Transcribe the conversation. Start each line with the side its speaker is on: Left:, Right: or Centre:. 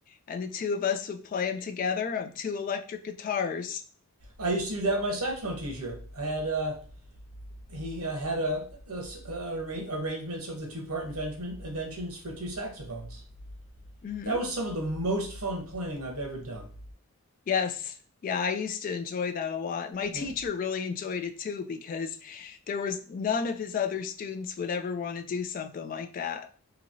Left: and the two of us would play them together on two electric guitars.
Right: I used to do that with my saxophone teacher. I had uh, he uh, had a, a s- uh, arra- arrangements of the two part invention, inventions for two saxophones.
Left: hmm
Right: That was some of the most fun playing I've ever done.
Left: Yes. Yeah, I used to enjoy that a lot. My
Right: Yeah.
Left: teacher really enjoyed it too because there was none of his other students would ever want to do something like that.